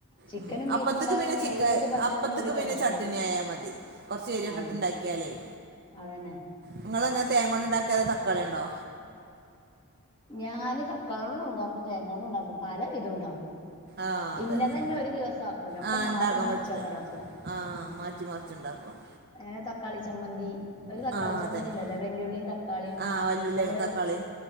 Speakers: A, on the left; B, on the right.
A: ചിക്കനും
B: ഉം
A: ബീഫും
B: അപ്പത്തിക്ക്
A: ഉണ്ടായ
B: പിന്നെ
A: ഇനി
B: ചിക്കൻ
A: ഏത് ഭക്ഷണവും
B: അപ്പത്ത്ക്ക്
A: ഓല് കഴിച്ചോളും
B: പിന്നെ ചട്ടണി ആയാൽ മതി. കുറചെരുയൊക്കെ
A: ആഹ്
B: ഇട്ട്ഇ ണ്ടാക്കിയാലേ-
A: അതന്നെ.
B: നിങ്ങളങ്ങനെ തേങ്ങ കൊണ്ട ഉണ്ടാക്കിയത തക്കാളികൊണ്ടോ?
A: ഞാന് തക്കാളി കൊണ്ടും ഉണ്ടാക്കും തേങ്ങ കൊണ്ടും ഉണ്ടാക്കും പല വിധം ഉണ്ടാക്കും.
B: ആഹ് അതന്നെ
A: ഇന്നതന്നെ ഒരു ദിവസം ആക്കൂല ഒക്കെ
B: ആഹ്
A: മാറി
B: ഉണ്ടാക്കാൻ
A: മറിച്ച്
B: പറ്റില്ല
A: അങ്ങനെ ആക്കും
B: ആഹ്
A: ഉം.
B: മാറ്റി മറിച്ചുണ്ടാക്കും
A: അങ്ങനെ തക്കാളി ചമ്മന്തി ഒരു തക്കാളി
B: ആഹ്
A: ചമ്മന്തി
B: അതന്നെ
A: ഉണ്ടല്ലോ വെല്ലുള്ളിയും തക്കാളിയും
B: ആഹ് വല്ലുള്ളി
A: നമ്മള്
B: തക്കാളി